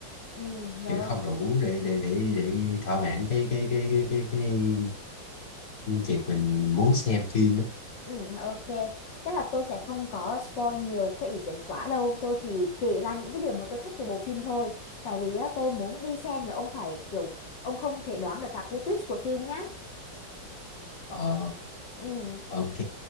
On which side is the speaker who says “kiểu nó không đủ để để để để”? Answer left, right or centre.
Left